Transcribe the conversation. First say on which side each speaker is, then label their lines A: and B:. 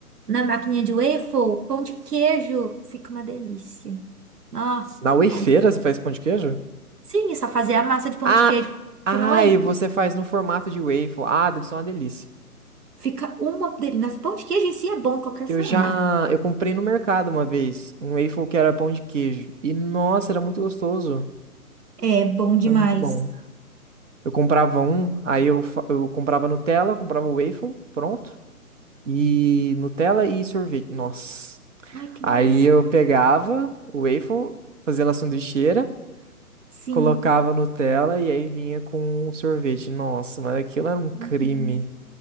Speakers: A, on the right (about 85°); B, on the right (about 55°).
A: na maquininha de waffle, pão de queijo, fica uma delícia. Nossa,
B: Na
A: fica
B: wafeira
A: bom demais.
B: você faz pão de queijo?
A: Sim, é só fazer a massa de pão
B: Ah,
A: de queijo,
B: ah
A: pôr na waffle.
B: e você faz no formato de waffle. Ah, deve ser uma delícia.
A: Fica uma delícia. Nossa, pão de queijo em si é bom em qualquer
B: Eu
A: formato.
B: já, eu comprei no mercado uma vez, um waffle que era pão de queijo. E nossa, era muito gostoso.
A: É bom demais.
B: Era muito bom. Eu comprava um, aí eu, fa- eu comprava Nutella, comprava o waffle, pronto. E Nutella e sorvete. Nossa.
A: Ai, que
B: Aí
A: delícia.
B: eu
A: né?
B: pegava o waffle, fazia na sanduicheira,
A: Sim.
B: colocava Nutella e aí vinha com o sorvete. Nossa, mas aquilo era um crime.
A: Uhum.